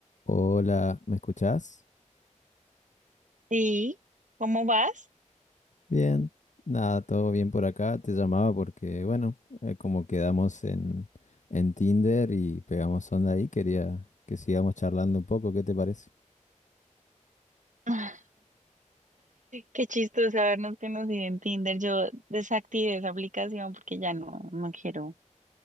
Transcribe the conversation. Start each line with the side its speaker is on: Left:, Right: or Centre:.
Left: Hola, ¿me escuchás?
Right: Sí, ¿cómo vas?
Left: Bien, nada, todo bien por acá. Te llamaba porque, bueno, eh, como quedamos en, en Tinder y pegamos onda ahí, quería que sigamos charlando un poco, ¿qué te parece?
Right: Ah, Qué chistoso habernos conocido en Tinder. Yo desactivé esa aplicación porque ya no, no quiero